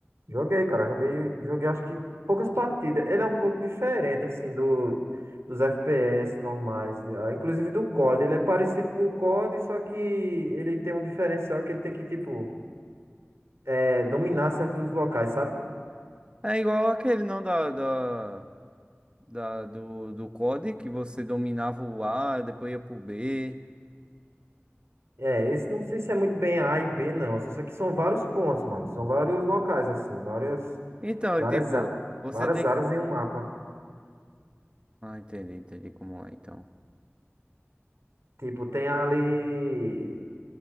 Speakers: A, on the right (about 75°); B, on the right (about 25°).
A: Joguei, cara, joguei, joguei acho que poucas partidas. Ele é um pouco diferente, assim, do, dos FPS normais, de- ah, inclusive do COD. Ele é parecido com o COD, só que ele tem um diferencial que ele tem que, tipo, é, dominar certos locais, sabe?
B: É igual aquele, não, da, da, da- do, do COD, que você dominava o A, depois ia pro B.
A: É, esse não sei se é muito bem A e B, não. Só que são vários pontos, mano. São vários locais, assim, várias,
B: Então,
A: várias,
B: é tipo,
A: a-
B: você
A: várias
B: tem
A: áreas
B: que...
A: em um mapa.
B: Ah, entendi, entendi como é, então.
A: Tipo, tem ali.